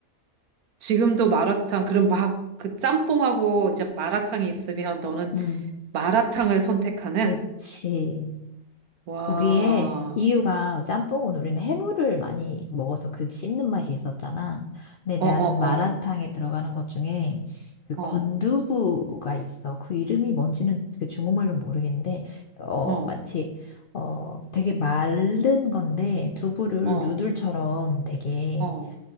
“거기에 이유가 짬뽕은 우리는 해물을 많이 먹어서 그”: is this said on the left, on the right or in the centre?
Left